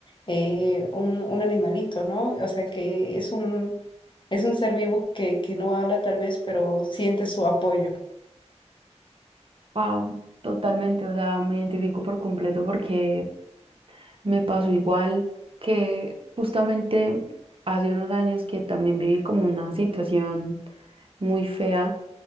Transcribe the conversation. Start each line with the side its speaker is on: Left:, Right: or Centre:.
Left: eh, un, un animalito, ¿no? O sea que es un... Es un ser vivo que, que no habla tal vez, pero siente su apoyo.
Right: Wow, totalmente, o sea, me identifico por completo porque Me pasó igual que justamente hace unos años que también viví como una situación muy fea